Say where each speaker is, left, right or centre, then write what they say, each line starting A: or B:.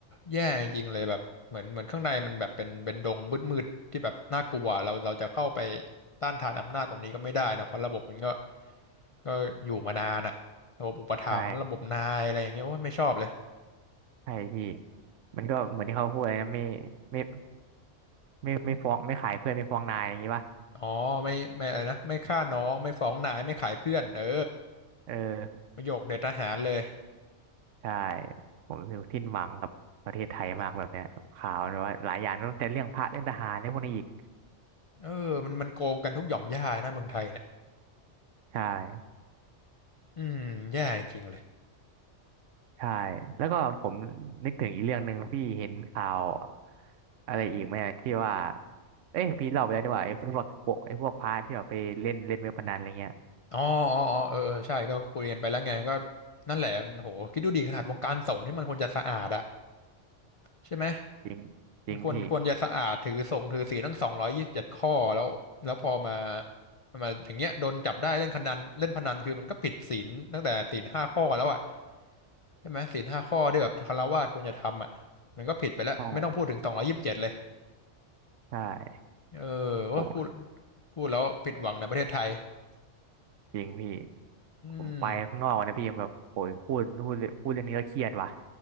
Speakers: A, on the left; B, on the right.
A: แย่จริงๆเลยแบบเหมือนเหมือนข้างในมันแบบเป็นเป็นดงมืดๆที่แบบน่ากลัวเราเราจะเข้าไปต้านทานอำนาจตรงนี้ก็ไม่ได้นะเพราะระบบมันก็ ก็อยู่มานานอะระบบอุปถัมภ์ระบบนายอะไรอย่างเงี้ยโอ้ยไม่ชอบเลย
B: ใช่ใช่พี่มันก็เหมือนที่เขาพูดเลยนะไม่ไม่ไม่ไม่ฟ้องไม่ขายเพื่อนไม่ฟ้องนายอย่างนี้ป่ะ
A: อ๋อไม่ไม่อะไรนะไม่ฆ่าน้องไม่ฟ้องนายไม่ขายเพื่อนเออ
B: เออ
A: ประโยคเด็ดทหารเลย
B: ใช่ผมรู้สึกสิ้นหวังกับประเทศไทยมากแบบเนี้ยข่าวแบบว่าหลายอย่างตั้งแต่เรื่องพระเรื่องทหารเรื่องพวกนี้อีก
A: เออมันมันโกงกันทุกหย่อมย่านะเมืองไทยเนี่ย
B: ใช่
A: อืมแย่จริงๆเลย
B: ใช่ แล้วก็ผมนึกถึงอีกเรื่องหนึ่งพี่เห็นข่าวอะไรอีกไหมอะที่ว่าเอ้ยพี่เล่าไปแล้วนี่หว่าไอ้พวกโกไอ้พวกพระที่แบบไปเล่นเล่นเว็บพนันอะไรเงี้ย
A: อ๋ออ๋ออ๋อเออเออใช่ก็คุยกันไปแล้วไงก็นั่นแหละโหคิดดูดีขนาดวงการสงฆ์ที่มันควรจะสะอาดอะใช่ไหม
B: จริงจริงพี่
A: มันควรควรจะสะอาดถือส่งถือศีลทั้งสองร้อยยี่สิบเจ็ดข้อแล้วแล้วพอมามาอย่างเงี้ยโดนจับได้เล่นพนันเล่นพนันคือมันก็ผิดศีลตั้งแต่ศีลห้าข้อแล้วอ่ะใช่ไหมศีลห้าข้อที่แบบคฤหัสถ์ควรจะทำอ่ะมันก็ผิดไปแล้วไม่ต้องพูดถึงสองร้อยยี่สิบเจ็ดเลย
B: ใช่ใช่
A: เออโอ้ยพูด
B: โห
A: พูดแล้วผิดหวังในประเทศไทย
B: จริงพี่
A: อืม
B: ผมไปข้างนอกนะพี่แบบโหยพูดพูดพูดเรื่องนี้ก็เครียดว่ะ